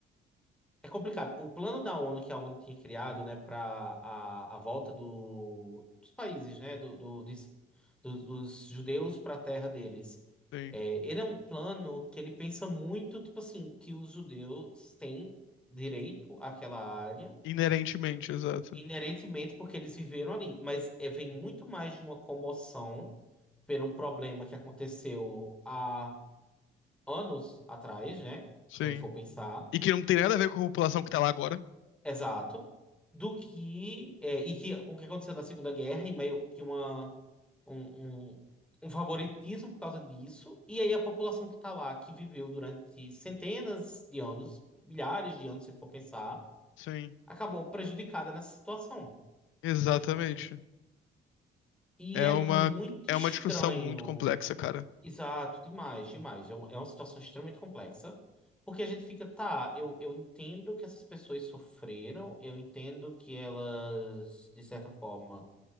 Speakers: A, in the centre; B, on the left (about 80°).
A: É complicado. O plano da ONU que a ONU tinha criado, né, para a, a volta do, dos países, né, do, do- des- dos, dos judeus para a terra deles,
B: Sim.
A: é, ele é um plano que ele pensa muito, tipo assim, que os judeus têm direito àquela área,
B: Inerentemente, exato.
A: inerentemente porque eles viveram ali. Mas é, vem muito mais de uma comoção por um problema que aconteceu há anos atrás, né,
B: Sim.
A: se a gente for pensar
B: E que não tem nada a ver com a população que tá lá agora.
A: Exato. Do que. é, e que, com o que aconteceu na Segunda Guerra, e meio que uma, um, um, um favoritismo por causa disso. E aí a população que está lá, que viveu durante centenas de anos, milhares de anos, se a gente for pensar,
B: Sim.
A: acabou prejudicada nessa situação,
B: Exatamente.
A: né? E
B: É
A: é
B: uma,
A: muito
B: é
A: estranho.
B: uma discussão muito complexa, cara.
A: Exato, demais, demais. É uma, é uma situação extremamente complexa, porque a gente fica, tá, eu, eu entendo que essas pessoas sofreram, eu entendo que elas, de certa forma,